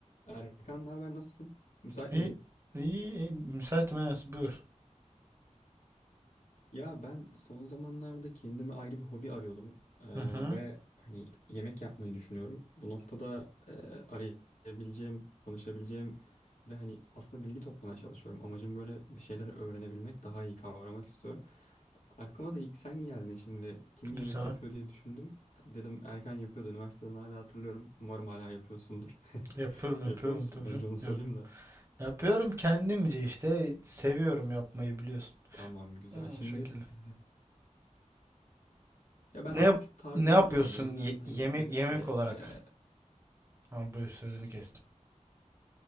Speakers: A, on the left (about 70°); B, on the right (about 20°).
A: Erkan ne haber nasılsın? Müsait
B: İyi,
A: miydin?
B: iyi, iyi. müsaitim Enes buyur.
A: Ya ben son zamanlarda kendime ayrı bir hobi arıyordum Ee,
B: Hı hı,
A: ve hani yemek yapmayı düşünüyorum. Bu noktada e, arayabileceğim, danışabileceğim ve hani aslında bilgi toplamaya çalışıyorum. Amacım böyle bir şeyler öğrenebilmek, daha iyi kavramak istiyorum. Aklıma da ilk sen geldin şimdi kim yemek
B: güzel.
A: yapıyor diye düşündüm. Dedim Erkan yapıyordu üniversiteden hala hatırlıyorum. Umarım hala yapıyorsundur. <laughs>
B: Yapıyorum yapıyorum
A: Yapıyor musun?
B: tabii
A: Önce
B: canım.
A: onu sorayım
B: Yap
A: da.
B: yapıyorum kendimce işte seviyorum yapmayı biliyorsun.
A: Tamam güzel.
B: O
A: Şimdi
B: şekilde.
A: e, Ya ben
B: Ne
A: az
B: yap
A: buçuk tarzını
B: ne yapıyorsun
A: biliyorum. O yüzden
B: ye-
A: hani
B: yemek
A: dedim
B: yemek
A: ki
B: olarak?
A: e,
B: Ha buyur sözünü kestim.